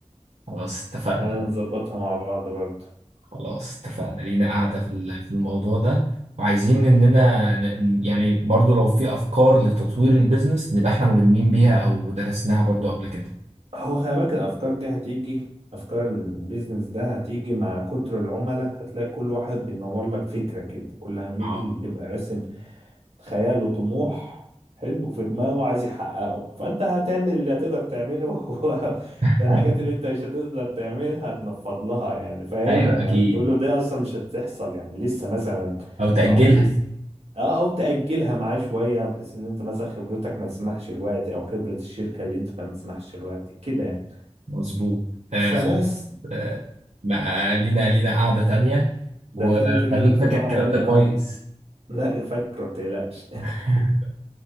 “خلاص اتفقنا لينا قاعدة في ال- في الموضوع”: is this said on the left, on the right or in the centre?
Right